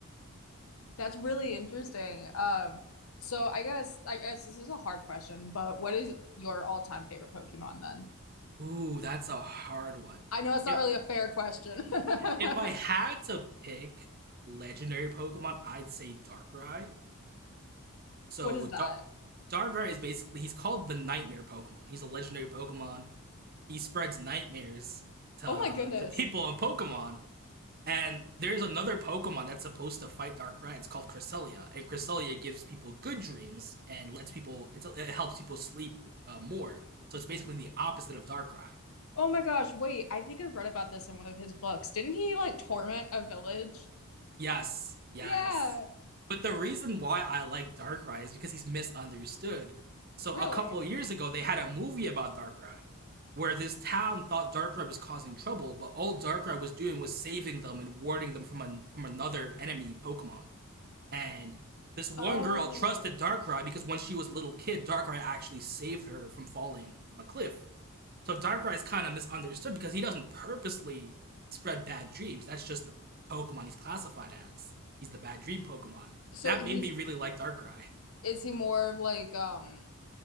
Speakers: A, on the left; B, on the right.
A: That's really interesting. Um, so I guess I guess this is a hard question, but what is your all-time favorite Pokemon then?
B: Ooh, that's a hard one.
A: I know it's not
B: If
A: really a fair question. <laughs>
B: if I had to pick legendary Pokemon, I'd say Darkrai. So
A: What is that?
B: Dark Darkrai is basically he's called the nightmare Pokemon. He's a legendary Pokemon. he spreads nightmares to
A: Oh my goodness.
B: to people on Pokemon. And there's another Pokemon that's supposed to fight Darkrai. It's called Cresselia, and Cresselia gives people good dreams and lets people. It's, it helps people sleep uh, more. So it's basically the opposite of Darkrai.
A: Oh my gosh, wait, I think I've read about this in one of his books. Didn't he like torment a village?
B: Yes, yes.
A: Yeah, Yes.
B: But the reason why I like Darkrai is because he's misunderstood. So
A: really?
B: a couple of years ago, they had a movie about Darkrai, where this town thought Darkrai was causing trouble, but all Darkrai was doing was saving them and warding them from a from another enemy Pokemon. And this one
A: Oh.
B: girl trusted Darkrai because when she was a little kid, Darkrai actually saved her from falling from a cliff. So Darkrai's kind of misunderstood because he doesn't purposely spread bad dreams. That's just the Pokemon he's classified as. He's the bad dream Pokemon.
A: So
B: That
A: he's
B: made me really like Darkrai.
A: is he more of like um